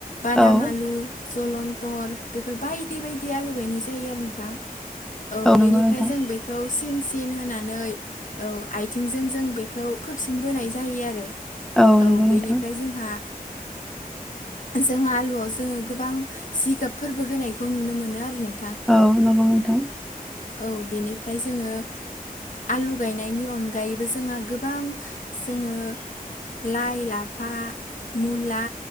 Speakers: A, on the left; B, in the centre.
A: बादामाल
B: औ
A: जलन्थर बेफोर बायदि बायदि आलु गायनाय जायो आरो नोंथां औ
B: नंगौ
A: बेनिफ्राय
B: नोंथां
A: जों बेखौ सिन सिन होनानै औ आइथिंजों जों बेखौ खोबसिन बोनाय जायो आरो
B: औ नंगौ
A: बेनिफ्राय
B: नोंथां।
A: जोंहा जों आलुआव ज जोङो गोबां जिगाबफोरबो होनायखौ नुनो मोनो आरो नों
B: औ नोंगौ नोंथां।
A: औ बेनिफ्राय जोङो आलु गायनायनि अनगायैबो जोंहा गोबां जोङो लाइ, लाफा, मुला